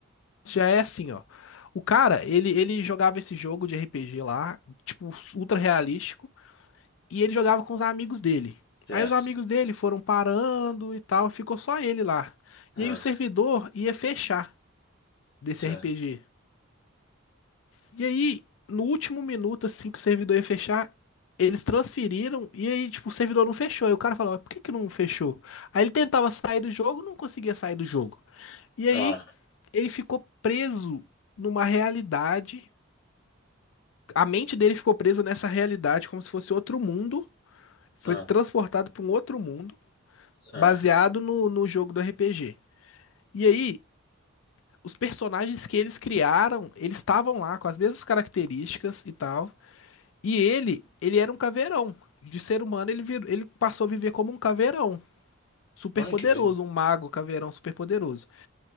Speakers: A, on the left; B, on the left.
A: já é assim, ó. O cara, ele, ele jogava esse jogo de RPG lá, tipo, ultra realístico. E ele jogava com os amigos dele.
B: Certo.
A: Aí os amigos dele foram parando e tal, ficou só ele lá.
B: Ah,
A: E aí o servidor ia fechar desse
B: certo.
A: RPG. E aí, no último minuto, assim que o servidor ia fechar, eles transferiram e aí, tipo, o servidor não fechou. Aí o cara falava, por que que não fechou? Aí ele tentava sair do jogo, não conseguia sair do jogo. E aí,
B: Ah,
A: ele ficou preso numa realidade. A mente dele ficou presa nessa realidade, como se fosse outro mundo. Foi
B: ah,
A: transportado para um outro mundo.
B: ah.
A: baseado no, no jogo do RPG. E aí, os personagens que eles criaram, eles estavam lá com as mesmas características e tal. E ele, ele era um caveirão. De ser humano, ele, virou, ele passou a viver como um caveirão. Super
B: Olha
A: poderoso,
B: que doido.
A: um mago caveirão super poderoso.